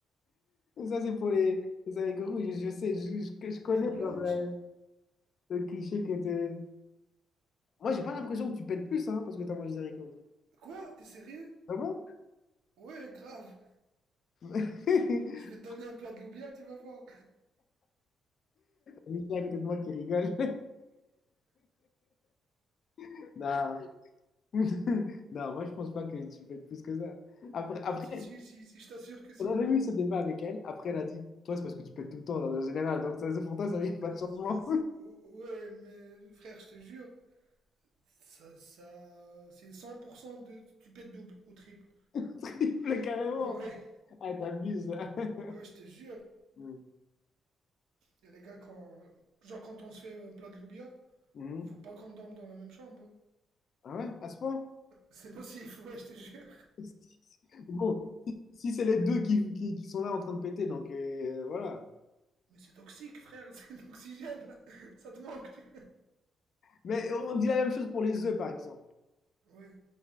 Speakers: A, on the left (about 50°); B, on the right (about 85°).
A: ça, c'est pour les, les haricots rouges. Je, je sais, je, je, je connais
B: même blanche.
A: genre, euh,
B: hein.
A: le cliché que t'es... Moi, j'ai pas l'impression que tu pètes plus hein, parce que t'as mangé des haricots.
B: Quoi T'es sérieux
A: Vraiment?
B: Ouais, grave.
A: <laughs>
B: Je vais te donner un plat de loubia, tu vas voir.
A: Michel à côté de moi qui rigole. <laughs> Non. <laughs> Non, moi, je pense pas que tu pètes plus que ça. Après, après,
B: Euh, Si, si, si, si, je t'assure que si.
A: on avait eu ce débat avec elle. Après, elle a dit, toi, c'est parce que tu pètes tout le temps, en général. Donc, ça, c'est pour toi, ça n'y a pas de
B: Euh,
A: changement.
B: euh, Ouais, mais frère, je te jure, ça, ça, c'est 100% de, tu pètes double ou triple.
A: <laughs> Triple, carrément.
B: <laughs> Ouais.
A: Ah, t'abuses. là. <laughs>
B: Ouais, je te jure.
A: Mm.
B: Et les gars, quand, genre, quand on se fait un plat de loubia,
A: Mhm.
B: faut pas qu'on dorme dans la même chambre.
A: Ah ouais, à ce point?
B: C'est nocif, ouais, je te jure.
A: <laughs> Bon, si si c'est les deux qui, qui, qui sont là en train de péter, donc euh, voilà.
B: Mais c'est toxique, frère, <laughs> c'est l'oxygène, là. Ça te manque, tu
A: Mais on dit la même chose pour les œufs, par exemple.
B: vois. Ouais.